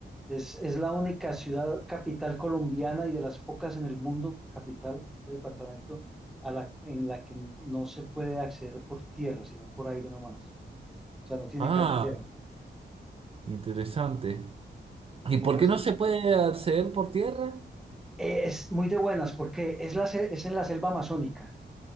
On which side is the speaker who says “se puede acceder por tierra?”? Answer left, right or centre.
Right